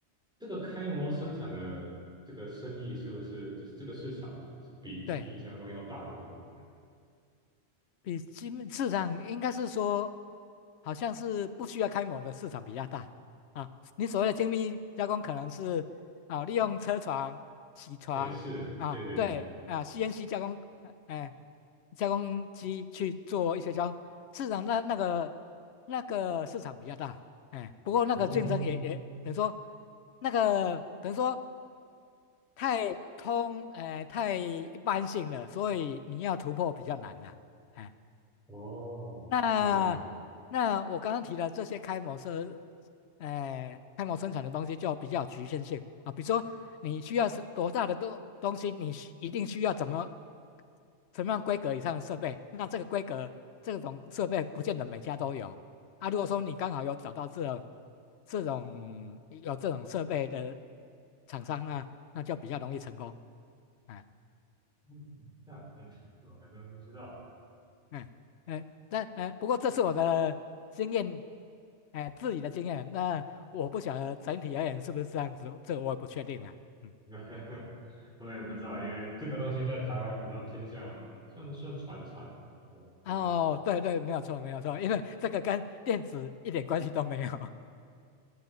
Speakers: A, in the centre; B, on the left.
A: 这个开模生产的这个生意是不是就是这个市场啊，是比精密加工要大得多？
B: 对。比基本市场应该是说，好像是不需要开模的市场比较大啊。你所谓的精密加工，可能是啊利用车床、铣床啊，
A: 哎，是，对对对，
B: 对啊 CNC 加工，呃哎、加工机去做一些加工。市场那那个那个市场比较大，哎，不过那个竞争也也等于说
A: 哦
B: 那个等于说太通，哎、太一般性了，所以你要突破比较难了。哎
A: 哦，
B: 那那我刚刚提的这些开模生，
A: 明白明白，
B: 呃，开模生产的东西就比较有局限性啊。比如说，你需要是多大的东东西，你需一定需要怎么什么样规格以上的设备。那这个规格这种设备不见得每家都有啊。如果说你刚好有找到这种这种有这种设备的厂商，那那就比较容易成功。哎
A: 嗯这样，嗯，我还真不知道，
B: 嗯嗯，那哎，不过这是我的经验，哎，自己的经验。那我不晓得整体而言是不是这样子，这个我也不确定了。嗯，
A: <laughs> 我也不知道，因为这个东西在台湾比较偏向算算船厂吧，对吧？对
B: 哦，对对，没有错，没有错，因为这个跟电子一点关系都没有。